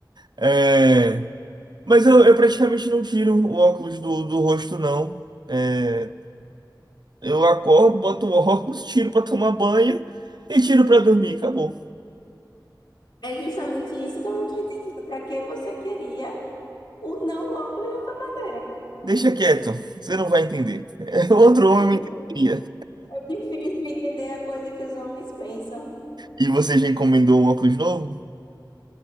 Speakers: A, on the right; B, on the left.
A: É, Mas eu, eu praticamente não tiro o óculos do, do rosto, não. É, Eu acordo, boto o <laughs> óculos, tiro pra tomar banho e tiro pra dormir. Acabou.
B: É justamente isso que eu não tô entendendo. Pra que você queria o não óculos na sua carteira?
A: Deixa quieto, você não vai entender. <laughs> É, outro homem
B: Tudo
A: me entenderia.
B: É difícil entender a coisa que os homens pensam.
A: E você já encomendou um óculos novo?